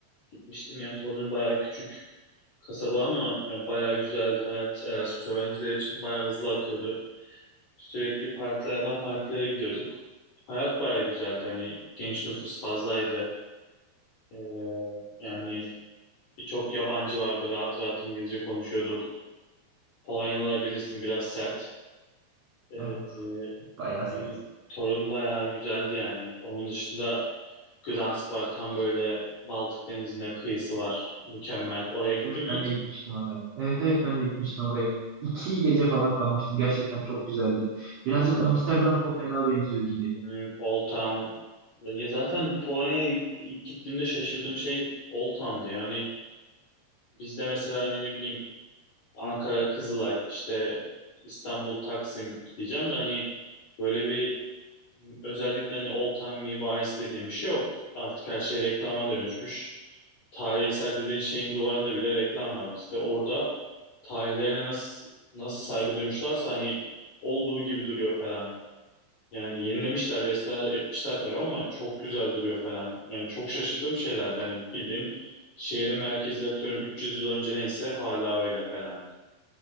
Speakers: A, on the left; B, on the right.
A: gitmiştim. Yani Torun bayağı küçük kasaba ama yani bayağı güzeldi. Hayat Erasmus öğrencileri için bayağı hızlı akıyordu. Sürekli partilerden partilere gidiyorduk. Hayat bayağı güzeldi. Hani genç nüfus fazlaydı. Ee, yani birçok yabancı vardı. Rahat rahat İngilizce konuşuyorduk. Polonyalılar bilirsin biraz sert. Ee,
B: Evet,
A: Hmm,
B: bayağı sert.
A: Torun bayağı güzeldi yani. Onun dışında Gdansk var. Tam böyle Baltık Denizi'ne kıyısı var. Mükemmel. Oraya gittim
B: Evet,
A: mi
B: ben
A: hiç?
B: de gitmiştim oraya. Evet, evet ben de gitmiştim oraya. İki gece falan kalmıştım. Gerçekten çok güzeldi. Birazcık
A: Kanka,
B: Amsterdam Kopenhag'a benziyor gibi.
A: hmm, Old Town. Ya zaten Polonya'ya ilk gittiğimde şaşırdığım şey Old Town'du. Yani bizde mesela hani ne bileyim Ankara Kızılay, işte İstanbul Taksim diyeceğim de hani böyle bir özellikle hani Old Town mimarisi dediğim bir şey yok. Artık her şey reklama dönüşmüş. Tarihi eser dediğin şeyin duvarında bile reklam var bizde. Orada tarihlerine nasıl nasıl saygı duymuşlarsa hani olduğu gibi duruyor falan. Yani yenilemişler, restore etmişler tabii ama çok güzel duruyor falan. Yani çok şaşırdığım şeylerdi hani bildiğin şehrin merkezi atıyorum 300 yıl önce neyse hala öyle falan.